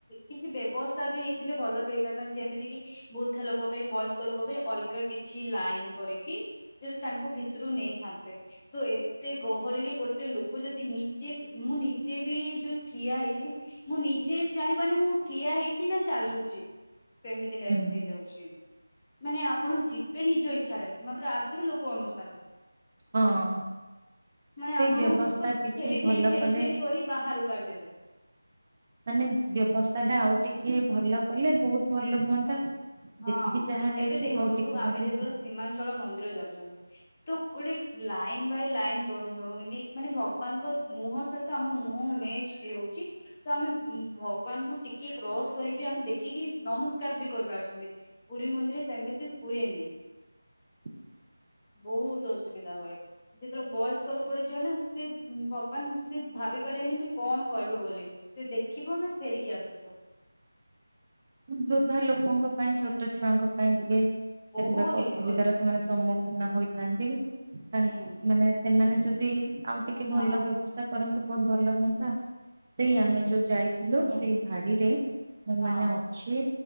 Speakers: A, on the left; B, on the right.
A: କିଛି ବ୍ୟବସ୍ଥା ବି ହେଇଥିଲେ ଭଲ ବି ହେଇଥାନ୍ତା ଯେମିତିକି ବୃଦ୍ଧ ଲୋକ ପାଇଁ ବୟସ୍କ ବୟସ୍କ ଲୋକ ପାଇଁ ଅଲଗା କିଛି ଲାଇନ୍ କରିକି ଯଦି ତାଙ୍କୁ ଭିତରୁ ନେଇଥାନ୍ତେ। ତ ଏତେ ଗହଳିରେ ଗୋଟେ ଲୋକ ଯଦି ନିଜେ ମୁଁ ନିଜେ ବି ଯୋଉ ଠିଆ ହେଇଛି। ମୁଁ ନିଜେ ଜାଣିପାରୁିନି ମୁଁ ଠିଆ ହେଇଛି ନା ଚାଲୁଛି ସେମିତି ଟାଇପ୍
B: ହୁଁ
A: ର ହେଇଯାଉଛି। ମାନେ ଆପଣ ଯିବେ ନିଜ ଇଚ୍ଛାରେ ମାତ୍ର ଆସିବେ ଲୋକ ଅନୁସାରେ।
B: ହଁ।
A: ମାନେ
B: ସେଇ
A: ଆପଣଙ୍କୁ
B: ବ୍ୟବସ୍ଥା
A: ଲୋକ
B: କିଛି
A: ଠେଲି
B: ଭଲ
A: ଠେଲି ଠେଲି
B: କଲେ
A: ଠେଲି କରି ବାହାରକୁ କାଢିଦେବେ‌
B: ମାନେ ବ୍ୟବସ୍ଥା ଟା ଆଉ ଟିକେ ଭଲ କଲେ ବହୁତ ଭଲ ହୁଅନ୍ତା।
A: ହଁ
B: ଯେତିକି ଯାହା ହେଇଛି
A: ଏବେ ଦେଖନ୍ତୁ
B: ଆଉ ଟିକେ
A: ଆମେ
B: ଯଦି
A: ଯେତେବେଳେ ସୀମାଞ୍ଚଳ ମନ୍ଦିର ଯାଉଛନ୍ତି ତ ଗୋଟେ। ଲାଇନ୍ ବାଇ ଲାଇନ୍ ଜଣଙ୍କୁ ଜଣଙ୍କୁ ଏମତି ମାନେ ଭଗବାନଙ୍କ ମୁହଁ ସହିତ ଆମ ମୁହଁ ମ୍ୟାଚ୍ ବି ହଉଛି। ତ ଆମେ ଭଗବାନ ରୁ ଟିକେ କ୍ରସ କରି ଆମେ ଦେଖିକି ନମସ୍କାର ବି କରୂ। ପାରୁଛନ୍ତି ପୁରୀ ମନ୍ଦିର ସେମିତି ହୁଏନି।
B: <inaudible>
A: ବହୁତ ଅସୁବିଧା ହୁଏ। ଯେତେବେଳେ ବୟସ୍କ ଲୋକଟେ ଯିବ ନା ସେ ଭଗବାନ୍ ଙ୍କୁ ସେ ଭାବି ପାରିବନି ଯେ କଣ କହିବେ ବୋଲି। ସେ ଦେଖିବ ନା ଫେରିକି ଆସିବ।
B: ବୃଦ୍ଧ ଲୋକଙ୍କ ପାଇଁ ଛୋଟ ଛୁଆଙ୍କ ପାଇଁ ଟିକେ
A: ବହୁତ
B: ସେଗୁଡାକ
A: ଡିଫିକଲ୍ଟ
B: ଅସୁବିଧାର ସେମାନେ ସମ୍ମୁଖୀନ ହୋଇଥାନ୍ତି ତାଙ୍କେ
A: ହୁଁ
B: ମାନେ ସେମାନେ ଯଦି ଆଉ ଟିକେ
A: ହଁ
B: ଭଲ ବ୍ୟବସ୍ଥା କରନ୍ତେ ବହୁତ ଭଲ ହୁଅନ୍ତା। ସେଇ
A: ହୁଁ
B: ଆମେ ଯୋଉ ଯାଇଥିଲୁ
A: ହୁଁ
B: ସେଇ ଧାଡିରେ ମୁଁ
A: ହଁ
B: ମାନେ ଅଛି